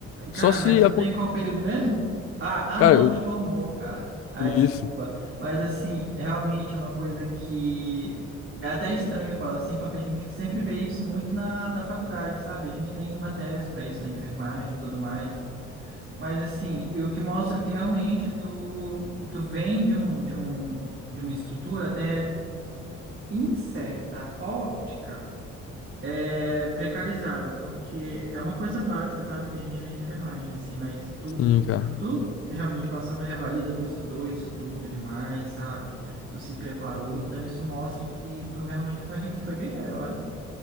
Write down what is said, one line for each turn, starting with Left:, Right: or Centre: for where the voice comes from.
Right: cara,
Left: Só se.
Right: mas tu
Left: acon-
Right: tá em qual período mesmo? Ah, ah,
Left: Cara,
Right: não,
Left: eu...
Right: você formou, cara. Ah,
Left: isso.
Right: desculpa. Mas assim, realmente é uma coisa que é até estranho falar assim, porque a gente sempre vê isso muito na, na faculdade, sabe? A gente tem matérias para isso, na enfermagem e tudo mais. Mas assim, e o que mostra que realmente tu, tu vem de um, de um, de uma estrutura até em certa óptica é precarizada, porque é uma coisa básica, sabe? Que a gente vê em enfermagem, assim, mas tu,
Left: Sim,
Right: tu,
Left: cara.
Right: pra tu realmente passar no Revalida, tu estudou isso tudo demais, sabe? Tu se preparou, então isso mostra que tu realmente foi, <laughs> tu foi guerreiro, olha.